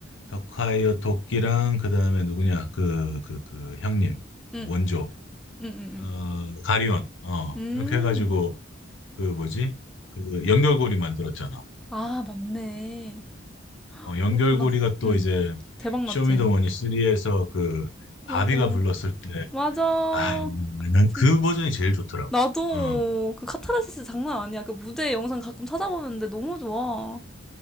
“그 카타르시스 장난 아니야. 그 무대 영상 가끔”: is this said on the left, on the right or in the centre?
Centre